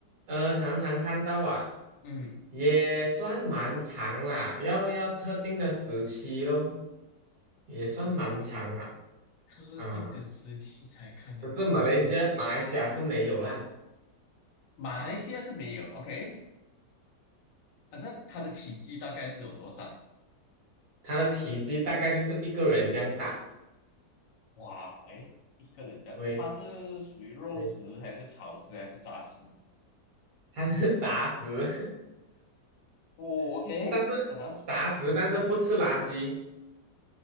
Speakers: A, on the right; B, on the left.
A: 呃常常看到啊，
B: 嗯
A: 也算蛮长啦，要要特定的时期咯，也算蛮长啦，
B: 啊，特定的时期才看得到，
A: 啊，可是马来西亚马来西亚是没有啦。
B: 马来西亚是没有，OK 啊，那它的体积大概是有多大？
A: 它的体积大概就是一个人这样大，
B: 哇，诶一个人家，
A: 对
B: 它是属于肉食还是草食还是杂食？
A: 对，它是杂食，
B: 哦，OK，
A: <laughs> 但是
B: 杂食，
A: 杂食但是不吃垃圾，